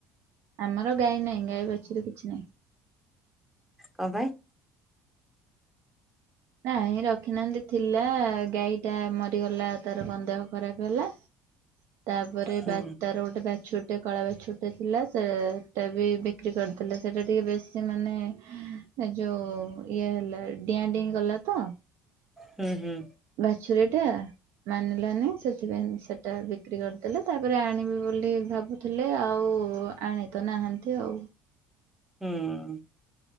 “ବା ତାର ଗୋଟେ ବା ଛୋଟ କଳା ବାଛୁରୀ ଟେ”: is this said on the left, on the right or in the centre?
Right